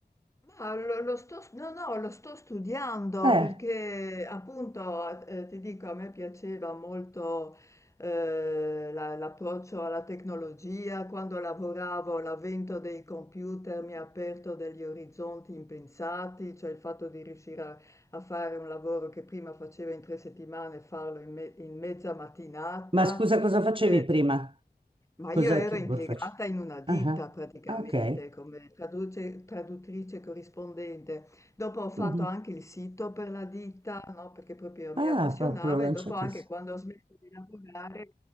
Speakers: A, on the left; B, on the right.
A: Ma lo, lo sto, s- no, no, lo sto studiando
B: Eh,
A: perché appunto, eh, ti dico, a me piaceva molto eh, la- l'approccio alla tecnologia, quando lavoravo l'avvento dei computer mi ha aperto degli orizzonti impensati, cioè il fatto di riuscire a, a fare un lavoro che prima facevo in tre settimane, farlo in, me- in mezza mattinata.
B: ma scusa, cosa facevi
A: Eh,
B: prima?
A: ma
B: Cosa
A: io ero
B: che
A: impiegata
B: lavoro faccio?
A: in una ditta
B: Ah, ah,
A: praticamente
B: ah, ok.
A: come traduce- traduttrice corrispondente. Dopo ho fatto
B: Mhm.
A: anche il sito per la ditta, no? Perché proprio
B: Ah,
A: mi appassionava
B: proprio lanciatissimo.
A: e dopo anche quando ho smesso di lavorare